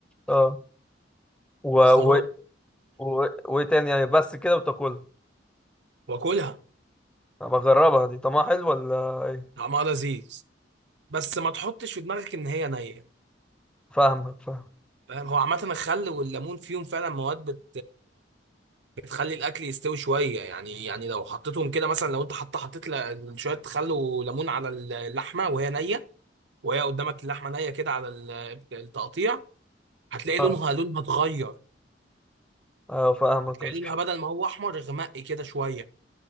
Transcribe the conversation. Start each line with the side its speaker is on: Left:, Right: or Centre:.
Centre: اه و... و...
Right: خراب
Centre: و... وايه تاني يعني بس كده وتاكلها
Right: <clears throat> واكلها
Centre: انا بجربها دي طعمها حلو ولا ايه
Right: طعمها لذيذ بس ما تحطش في دماغك ان هي نيه
Centre: فاهمك فاهم
Right: فاهم هو عامة الخل والليمون فيهم فعلا مواد بت بتخلي الأكل يستوي شوية يعني يعني لو حطيتهم كده مثلا لو أنت حط حطيت ل- شوية خل وليمون على اللحمة وهي نية وهي قدامك اللحمة نية كده على ال- التقطيع هتلاقي
Centre: اه
Right: لونها لونها اتغير
Centre: اه فاهمك
Right: هتلاقي
Centre: يا اسطى.
Right: لونها بدل ما هو أحمر غمقي كده شوية